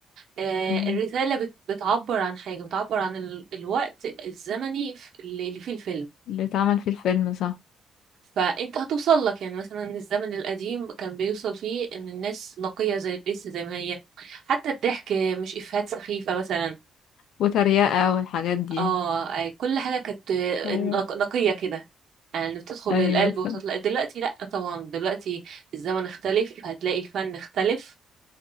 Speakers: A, on the right; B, on the left.
A: آه،
B: مم.
A: الرسالة بت- بتعبر عن حاجة بتعبر عن ال- الوقت الزمني ف- اللي اللي فيه الفيلم
B: اللي اتعمل فيه الفيلم صح
A: فانت هتوصل لك يعني مثلا الزمن القديم كان بيوصل فيه ان الناس نقية زي لسه زي ما هي حتى الضحك مش افيهات سخيفة مثلا
B: وتريقة والحاجات دي
A: اه أي- كل حاجة كانت آه،
B: ايوه
A: نق- نقية كده يعني بتدخل
B: ايوه
A: للقلب
B: صح
A: وتطلع دلوقتي لأ طبعا دلوقتي الزمن اختلف هتلاقي الفن اختلف